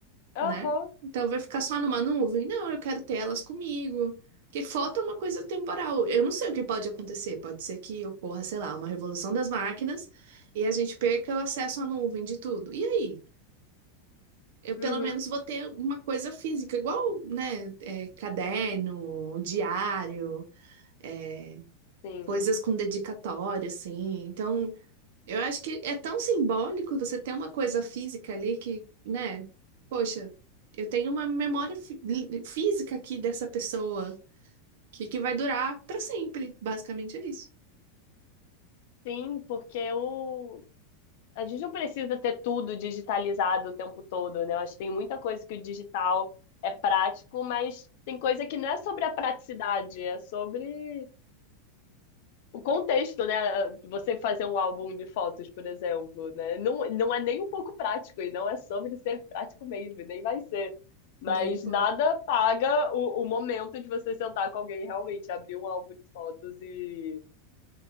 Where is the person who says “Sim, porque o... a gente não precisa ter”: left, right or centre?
Left